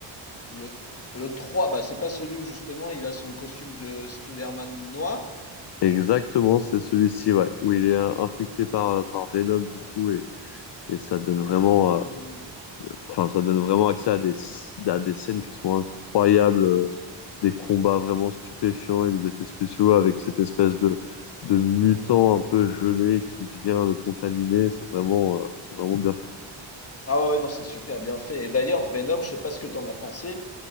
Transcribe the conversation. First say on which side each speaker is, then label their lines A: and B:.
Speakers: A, on the left; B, on the left.
A: Le, le 3, bah, c'est pas celui où justement il a son costume de Spider-Man noir.
B: Exactement, c'est celui-ci, ouais, où il est euh, infecté par, euh, par Venom du coup et, et ça donne vraiment
A: Ah oui.
B: Enfin, ça donne vraiment accès à des, à des scènes qui sont incroyables, euh, des combats vraiment stupéfiants et des effets spéciaux avec cette espèce de, de mutant un peu gelé qui vient le contaminer. C'est vraiment, euh, c'est vraiment bien fait.
A: Ah ouais, non, c'est super bien fait. Et d'ailleurs, Venom, je sais pas ce que t'en as pensé,